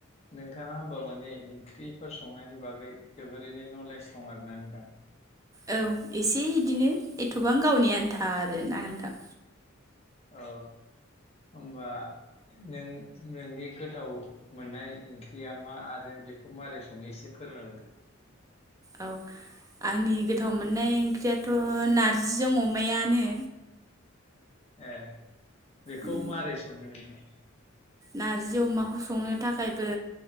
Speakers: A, on the left (about 30°); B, on the right (about 15°).
A: नोंथांआ ओमबा माने ओंख्रिफोर संनायनि बागै जोबोरैनो नलेज दं आरो ना नोंथां
B: औ एसे इदिनो एथ'बां गावनि आन्था आरो ना नोंथां
A: औ ओमबा नों नोंनि गोथाव मोननाय ओंख्रिया मा आरो बेखौ माबारै सङो एसे फोरमायरदो
B: औ आंनि गोथाव मोननाय ओंख्रियाथ' नारजिजों अमायानो
A: ओ बेखौ
B: उम
A: मोरै सङो नोंथां
B: नारजि अमाखौ संनो थाखायबो